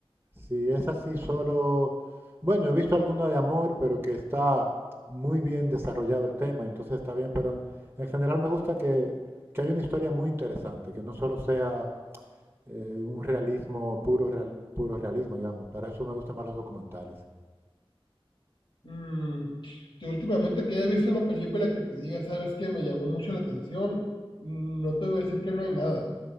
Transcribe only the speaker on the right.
Si es así solo, bueno, he visto alguno de amor, pero que está muy bien desarrollado el tema, entonces está bien, pero en, en general me gusta que, que haya una historia muy interesante, que no solo sea eh, un realismo, puro, real- puro realismo, digamos. Para eso me gustan más los documentales.